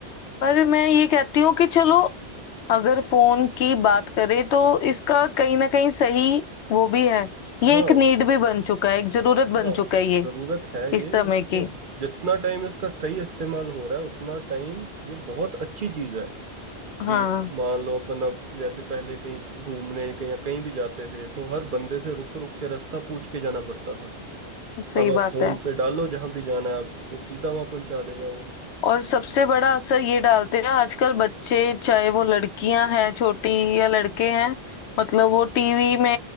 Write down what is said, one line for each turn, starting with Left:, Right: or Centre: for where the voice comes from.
Left: पर मैं ये कहती हूँ कि चलो अगर फोन की बात करें तो इसका कहीं ना कहीं सही वो भी है ये
Right: हाँ
Left: एक नीड भी बन चुका है एक जरूरत बन
Right: हाँ
Left: चुका है ये
Right: जरूरत है ये
Left: इस समय
Right: इसको
Left: की
Right: जितना टाइम इसका सही इस्तेमाल हो रहा है उतना टाइम ये बहुत अच्छी चीज है कि
Left: हाँ
Right: मान लो अपन अब जैसे पहले कहीं घूमने कहीं कहीं भी जाते थे तो हर बंदे से रुक रुक के रास्ता पूछ के जाना पड़ता था
Left: सही
Right: अब आप
Left: बात
Right: फोन
Left: है
Right: पे डालो जहां भी जाना है आपको सीधा वहां पहुंचा देगा वो
Left: और सबसे बड़ा असर ये डालते हैं आजकल बच्चे चाहे वो लड़कियां हैं छोटी या लड़के हैं मतलब वो टीवी में